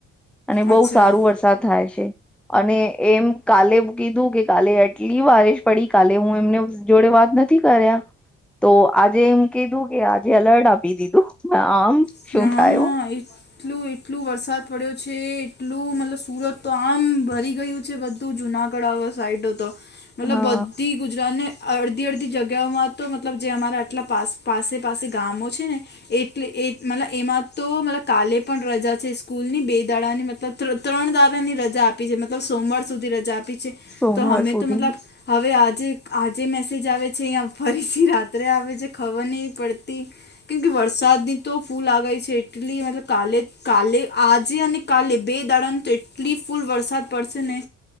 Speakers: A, in the centre; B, on the left (about 35°).
A: અને
B: અચ્છા
A: બહુ સારું વરસાદ થાય છે અને એમ કાલે કીધું કે કાલે એટલી વારશ પડી કાલે હું એમને જોડે વાત નથી કર્યા તો આજે એમ કીધું કે આજે એલર્ટ આપી દીધું આમ
B: હ
A: શું
B: હા
A: થયું
B: એ એટલું એટલું વરસાદ પડ્યો છે એટલું મતલબ સુરત તો આમ ભરી ગયું છે ત જુનાગઢ સાઈડ હતો મતલબ
A: હા
B: બધી અને અડધી અડધી જગ્યાઓમાં તો મતલબ જે અમારા આટલા પાસ પાસે પાસે ગામો છે ને એટલે એ મતલ એમાં તો કાલે પણ રજા છે સ્કૂલ ની બે દાડાની મતલબ ત્રણ દાડાની રજા આપે મતલબ સોમવાર સુધી રજા આપી છે
A: સોમવાર
B: તો અમે
A: સુધી
B: તો મતલબ હવે આજે આજે મેસેજ આવે છે અહીંયા ફરીથી રાત્રે આવે છે ખબર નહીં પડતી કેમકે વરસાદ તો ફૂલ આગય છે એટલી મતલબ કાલે કાલે આજે અને કાલે બે દાડાનું તો એટલી ફૂલ વરસાદ પડશે ને